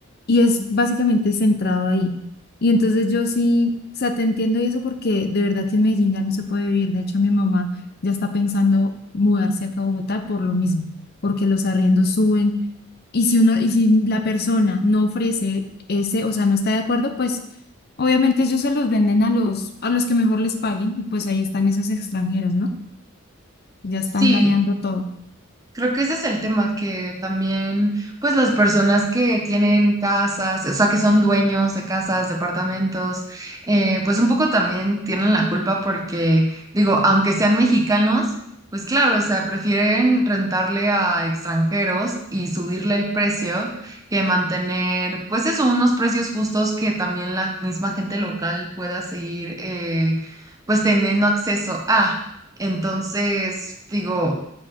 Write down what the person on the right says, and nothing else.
Sí,
Creo que ese es el tema, que también, pues las personas que tienen casas, o sea, que son dueños de casas, departamentos, eh, pues un poco también tienen la culpa porque, digo, aunque sean mexicanos, pues claro, o sea, prefieren rentarle a extranjeros y subirle el precio que mantener, pues eso, unos precios justos que también la misma gente local pueda seguir, eh, pues teniendo acceso a. Entonces, digo